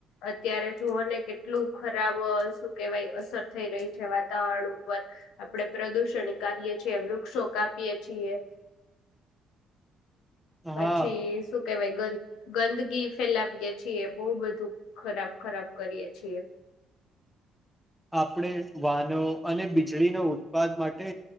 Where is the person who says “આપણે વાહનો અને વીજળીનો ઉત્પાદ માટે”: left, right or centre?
Centre